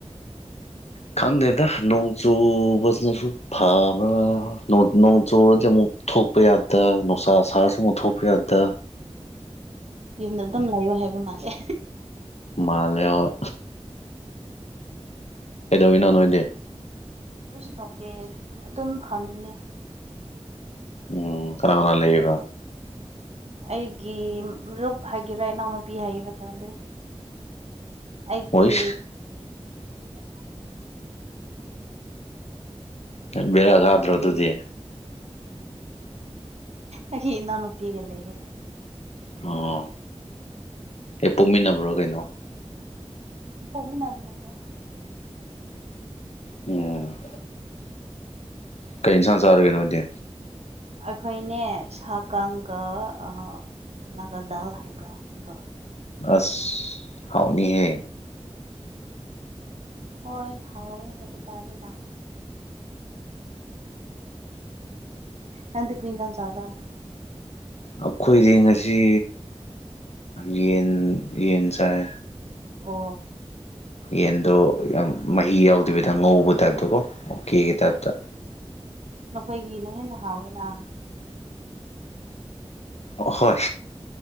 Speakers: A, on the left; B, on the right.
A: ꯈꯪꯗꯦꯗ ꯅꯣꯡꯆꯨꯕ ꯁꯤꯁꯨ ꯐꯥꯕ꯭ꯔꯥ ꯅ‌ꯣꯡ ꯅꯣꯡꯆꯨꯔꯗꯤ ꯑꯃꯨꯛ ꯊ‌ꯣꯛ ꯊꯣꯛꯄ ꯌꯥꯗ ꯅꯨꯡꯁꯥ ꯁꯥꯔꯁꯨ ꯑꯃꯨꯛ ꯊꯣꯛꯄ ꯌꯥꯗ
B: ꯌꯨꯝꯗ ꯑꯗꯨꯝ ꯂꯩꯌꯨ ꯍꯥꯏꯕ ꯃꯥꯜꯂꯦ
A: ꯃꯥꯜꯂ‌ꯦ ꯍ‌ꯣꯏ ꯀꯩꯗꯧꯔꯤꯅꯣ ꯅꯣꯏꯗꯤ
B: ꯀꯩꯁꯨ ꯇꯧꯗꯦ ꯑꯗꯨꯝ ꯐꯪꯃꯤꯅꯦ
A: ꯑꯣ ꯀꯥꯅ ꯀꯥꯅ ꯂꯩꯔꯤꯕ
B: ꯑꯩꯒꯤ ꯃꯔꯨꯞ ꯍꯥꯏꯒꯦꯔꯥ ꯏꯅꯥꯎꯅꯨꯄꯤ ꯍꯥꯏꯒꯦꯔꯥ ꯈꯪꯗ‌ꯦ ꯑꯩꯒꯤ
A: ꯍꯣꯏꯁ ꯕ‌ꯦꯔꯥ ꯀꯥꯗꯔ‌ꯣ
B: ꯑꯗꯨꯒ
A: ꯑꯗꯨꯗꯤ
B: ꯂꯩ ꯑꯩꯒꯤ ꯏꯅꯥꯎꯅꯨꯄꯤꯒ ꯂꯩꯌꯦ
A: ꯑꯣ ꯍꯦꯛ ꯄꯣꯛꯃꯤꯟꯅꯕ꯭ꯔꯣ ꯀꯩꯅꯣ
B: ꯍ‌ꯦꯛ ꯄ‌ꯣꯛꯃꯤꯟꯅꯕ ꯅꯠꯇ‌ꯦ
A: ꯎꯝ ꯀꯩ ꯏꯟꯁꯥꯡ ꯆꯥꯔꯒ‌ꯦ ꯅ‌ꯣꯏꯗꯤ
B: ꯑꯩꯈꯣꯏꯅꯦ ꯁꯥꯒꯥꯡꯒ ꯑꯥ ꯅꯥꯒꯥꯗꯥꯜ ꯍꯥꯏꯕ꯭ꯔꯥ ꯑꯗꯨꯒ
A: ꯑꯁ ꯍꯥꯎꯅꯤꯍꯦ
B: ꯍꯣꯏ ꯍꯥꯎꯋꯦ ꯍꯥꯏꯕ ꯇꯥꯔꯦꯅ ꯅꯪꯗꯤ ꯀꯔꯤ ꯏꯟꯁꯥꯡ ꯆꯥꯕꯔ
A: ꯑꯩꯈꯣꯏꯗꯤ ꯉꯁꯤ ꯌꯦꯟ ꯌꯦꯟ ꯆꯥꯏ
B: ꯍꯣ
A: ꯌꯦꯟꯗꯣ ꯌꯥꯝ ꯃꯍꯤ ꯌꯥꯎꯗꯕꯤꯗ ꯉꯧꯕ ꯇꯥꯏꯞꯇꯣꯀꯣ ꯑꯣ ꯀꯦꯒꯤ ꯇꯥꯏꯞꯇ
B: ꯅꯈꯣꯏꯒꯤ ꯂꯥꯏꯍꯟ ꯅꯍꯥ ꯑꯣꯏꯅ
A: ꯑꯍꯣꯏ